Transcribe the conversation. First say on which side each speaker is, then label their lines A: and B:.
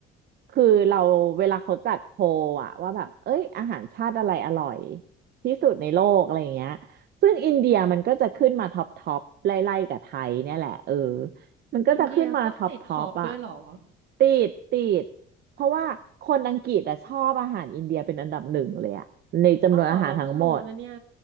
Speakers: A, on the right (about 55°); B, on the right (about 65°).
A: คือเราเวลาเขาจัดโพลอะว่าแบบเอ้ยอาหารชาติอะไรอร่อยที่สุดในโลกอะไรอย่างเงี้ยซึ่งอินเดียมันก็จะขึ้นมาท็อปท็อปไล่ๆกับไทยเนี่ยแหละเออมันก็จะขึ้นมาท็อปท็อปอะ
B: อินเดียก็ติดท็อปด้วยเหรอ
A: ติดติดเพราะว่าคนอังกฤษอะชอบอาหารอินเดียเป็นอันดับหนึ่งเลยอะในจำนวนอาหารทั้งหมด
B: เอ้าเหรอเราเพิ่งรู้นะเนี่ย